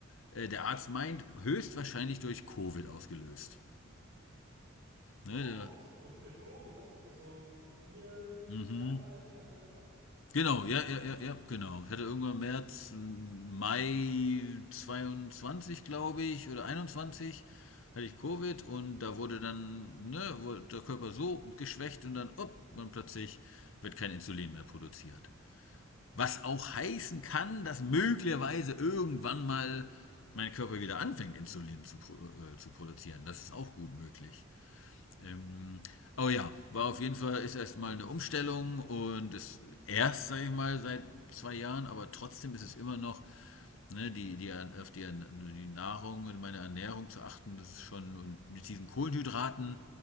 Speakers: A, on the left; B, on the right.
A: äh, der Arzt meint, höchstwahrscheinlich durch Covid ausgelöst.
B: Oh,
A: Ne, der,
B: so- durch, durch Covid, also, also vier
A: mhm.
B: Jahre alt, drei Jahre alt.
A: Genau, ja, ja, ja, ja, genau. Ich hatte irgendwann März, m, Mai zweiundzwanzig, glaube ich, oder 21, hatte ich Covid und da wurde dann, ne, wurde der Körper so geschwächt und dann, upp, und plötzlich wird kein Insulin mehr produziert. Was auch heißen kann, dass möglicherweise irgendwann mal mein Körper wieder anfängt, Insulin zu, pro- äh, zu produzieren. Das ist auch gut möglich. Ähm, aber ja, war auf jeden Fall, ist erstmal eine Umstellung und ist erst, sage ich mal, seit zwei Jahren, aber trotzdem ist es immer noch, ne, die, die, auf die, die Nahrung und meine Ernährung zu achten, das ist schon, und mit diesen Kohlenhydraten,